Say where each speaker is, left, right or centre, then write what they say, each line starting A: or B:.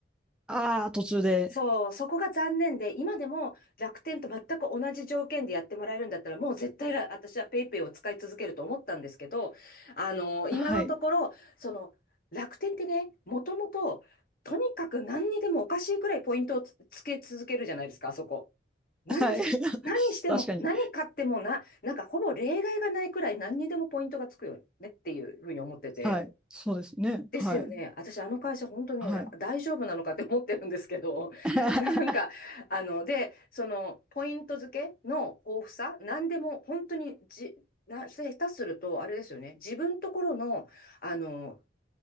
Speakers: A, in the centre; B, on the left (about 50°).
A: ああ、途中で。
B: そう、そこが残念で、今でも楽天と全く同じ条件でやってもらえるんだったら、もう絶対ら私はペイペイを使い続けると思ったんですけど、あの、今のところ、
A: はい。
B: その、楽天ってね、もともと、とにかく何にでもおかしいくらいポイントをつつけ続けるじゃないですか、あそこ。何し、
A: はい。<laughs>
B: 何しても、
A: 確かに。
B: 何買ってもな、なんかほぼ例外がないくらい何にでもポイントがつくよねっていうふうに思ってて。
A: はい。そうですね。
B: ですよね。
A: はい。
B: 私、あの会社、本当に大丈夫なのかって思ってるんですけど、
A: はい。<laughs>
B: <laughs> なんか、あの、で、その、ポイント付けの豊富さ、何でも、本当にじ、な、ひたすると、あれですよね、自分ところの、あの、